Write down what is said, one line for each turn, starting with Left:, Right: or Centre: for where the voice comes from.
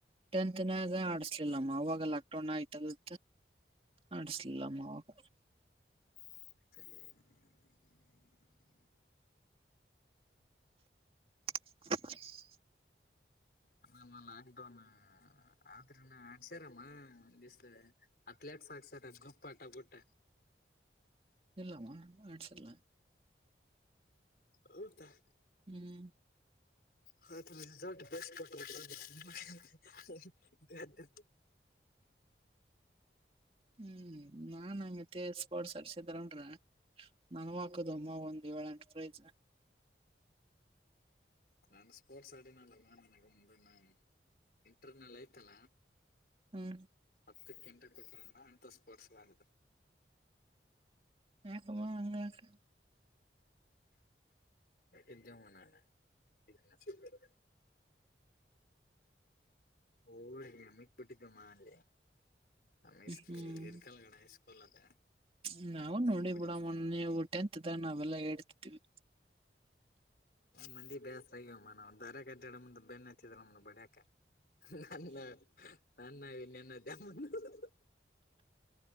Right: tenth ನಾಗ ಆಡ್ಸ್ ಇಲ್ಲಮ್ಮ ಆವಾಗ ಲಾಕ್ ಡೌನ್ ಆಯ್ತದ ಆಡಿಸಲಿಲ್ಲಮ್ಮವಾಗ.
Left: ಸ <inaudible>
Right: <inaudible>
Left: ಅಲ್ಲಅಮ್ಮ ಲಾಕ್ಡೌನ್ ಆದ್ರ ಆಡ್ಸ್ಯಾರಮ್ಮ ಒಂದ ದವಸ್, ಅಥ್ಲೆಟ್ಸ್ ಆಡ್ಸರಸ ಗುಂಪಾಟ ಬುಟ್ಟ
Right: ಇಲ್ಲಾಮಾ ಆಡ್ಸಿಲ್ಲ
Left: ಹಊದಾ <inaudible>
Right: ಹ್ಮ್
Left: ಹಾಟ ಬಸ್ ಕಟ್ಟ <unintelligible> ಹ <inaudible>
Right: ಹ್ಮ್, ನಾನ್ಂಗತ್ತೆ ಸ್ಪೋರ್ಟ್ಸ್ ಆಡ್ಸಿದ್ರಂದರ ನನ್ವ ಹಾಕ್ತಿದ್ದವ ಅಮ್ಮ ಒಂದ್ ಏಳ, ಎಂಟು ಪ್ರೈಸ್
Left: ನಾನು ಸ್ಪೋರ್ಟ್ಸ್ ಅಡನ ಅಲ್ಲಮ್ಮ ನನಗೆ ಒಂದ್ಣೆ <unintelligible> ಇಂಟರ್ನಲ್ ಐ್ತಲ್ಲ
Right: ಹ್ಮ್
Left: ಹತ್ತು ಗಂಟೆ ಕೊಟ್ಟಣ್ಣ <unintelligible> ಅಂತ ಸ್ಪೋರ್ಟ್ಸ್ ಆಗಿದ್ರ
Right: ಯಕಬ ಅಂಗ <unintelligible>
Left: ಇದ್ಯಮನಾನ ಇ <unintelligible> ಓ ಮಿಟ್ಟ್ಟಿದ್ದ ಮಾನ್ಲ್ಲ <unintelligible> ನಮ್ಮ
Right: ಹ್ಮ್
Left: ಗರ್ಕಲ್ಗಡೆ ಸ್ಕೂಲ್ ಅದಡ
Right: ಹ್ಮ್ ನಾವು
Left: <unintelligible>
Right: ನೋಡಿ ಬಿಡಮ್ಮ ನೀವು ಟೆಂತ್ಇದ್ದಾಗ ನಾವೆಲ್ಲಾ ಎಡ್ತಿದ್ದೀವಿ.
Left: ಮಂದಿಗಿ ಬ್ಯಾಸ್ರ ಆಗವ ಮನಾವದಾರ ಅಡ್ಡಾಡ ಮುಂದೆ ಬೆನ್ನಿ ನಮ್ಮ ಬಡಕ ನ ನನ್ನನ್ನೆನ್ನ <unintelligible>